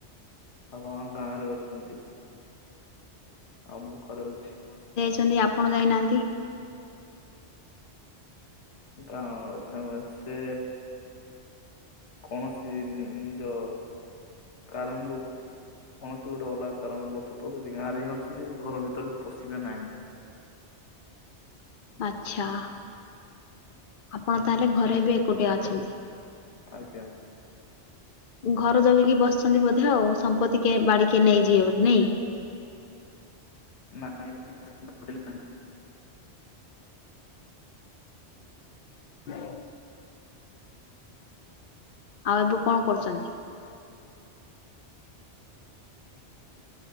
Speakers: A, on the left; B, on the left.
A: ବାପା ମା ଗାଁ ରେ ଅଛନ୍ତି। ଆଉ ମୁଁ ଘରେ ଅଛି।
B: କେନ୍ତି ଆପଣ ଯାଇନାହାନ୍ତି?
A: ଗାଁ ଅଛ ସେ କୌଣସି ନିଜ କାରଣରୁ କୌଣସି ଗୋଟେ ଅଲଗା କାରଣ ବର୍ଶତଃ ଯଦି ଗାଁରେ ହିଁ ଅଛନ୍ତି। ଘର ଭିତରକୁ ପଶିବେ ନାହିଁ।
B: <inaudible> ଆଛା ଆପଣ ତାହେଲେ ଘରେ ବି ଏକୁଟିଆ ଅଛନ୍ତି।
A: ଆଜ୍ଞା।
B: ଘର ଜଗିକି ବସିଛନ୍ତି ବୋଧେ ଆଉ ସମ୍ପତ୍ତି ବାଡିିକ ନେଇଯିବେ ବୋଲି ନାଇଁ <inaudible>
A: ନା <unintelligible> ନାହିଁ।
B: ହଁ ଆଉ ଏବେ କଣ କରୁଚନ୍ତି?
A: <inaudible>